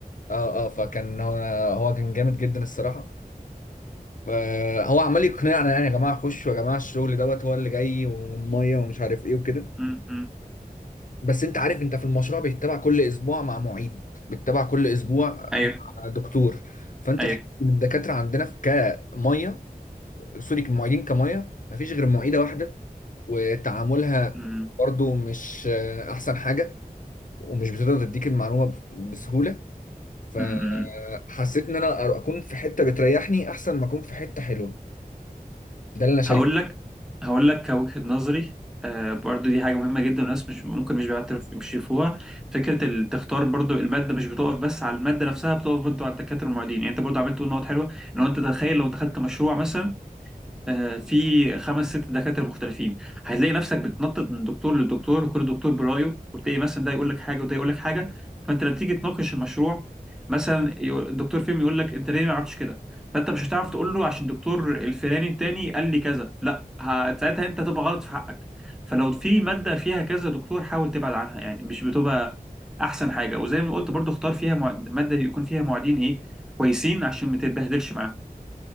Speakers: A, on the left (about 55°); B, in the centre.
A: اه آه، فكان هو هو كان جامد جدا الصراحه فهو عمال يقنعنا يعني يا جماعه خشوا يا جماعه الشغل دوت هو اللي جاي والميه ومش عارف ايه وكده
B: مم. مم.
A: بس انت عارف انت في المشروع بيتبع كل اسبوع مع معيد بيتبع كل اسبوع
B: أيوه
A: مع دكتور فانت
B: أيوه
A: تحس ان الدكاتره عندنا في كميه سوري كمعيدين كميه مفيش غير معيده واحده وتعاملها
B: مم.
A: برضو مش آه، احسن حاجه ومش بتقدر تديك المعلومه بس- بسهوله فحسيت
B: مم.
A: ان انا اكون في حته بتريحني احسن ما اكون في حته حلوه ده اللي انا شايفه
B: هقول لك هقول لك كوجهة نظري آه برضو دي حاجة مهمة جدا والناس مش ممكن مش بيعترف مش يشوفوها فكرة ال- تختار برضو المادة مش بتقف بس على المادة نفسها بتقف برضو على الدكاترة المعيدين يعني انت برضو عملت تقول نقط حلوة ان هو انت تخيل لو دخلت مشروع مثلا آه، في خمس ست دكاترة مختلفين هتلاقي نفسك بتنطط من دكتور لدكتور وكل دكتور برايه وتلاقي مثلا ده يقول لك حاجة وده يقول لك حاجة فانت لما تيجي تناقش المشروع مثلا يو- الدكتور فيهم يقول لك انت ليه ما عملتش كده فانت مش هتعرف تقول له عشان الدكتور الفلاني التاني قال لي كذا لا ه- ساعتها انت هتبقى غلط في حقك فلو في مادة فيها كذا دكتور حاول تبعد عنها يعني مش بتبقى احسن حاجة وزي ما قلت برضو اختار فيها مع... مادة يكون فيها معيدين ايه كويسين عشان ما تتبهدلش معاهم